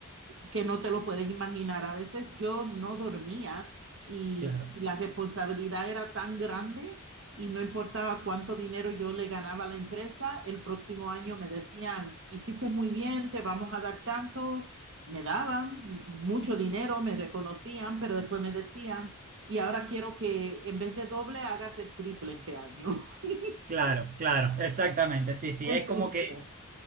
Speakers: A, on the right; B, on the right.
A: que no te lo puedes imaginar. A veces yo no dormía y
B: claro,
A: la responsabilidad era tan grande y no importaba cuánto dinero yo le ganaba a la empresa, el próximo año me decían, hiciste muy bien, te vamos a dar tanto, me daban mucho dinero, me reconocían, pero después me decían, y ahora quiero que en vez de doble hagas el triple este año. <laughs>
B: claro, claro, exactamente, sí, sí,
A: Ese
B: es como
A: estrés.
B: que